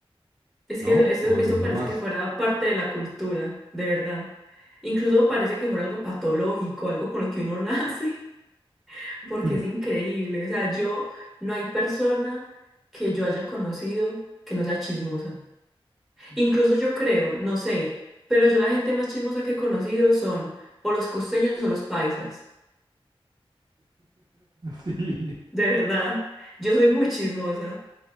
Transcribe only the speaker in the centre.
Es
que eso, eso,
eso
parece
que fuera parte de la cultura, de verdad. Incluso parece que fuera algo patológico, algo con lo que uno nace, <laughs> porque
es increíble. O sea, yo, no hay persona que yo haya conocido que no sea chismosa. Incluso yo creo, no sé, pero yo la gente más chismosa que he conocido son o los costeños o los paisas.
de verdad. Yo soy muy chismosa.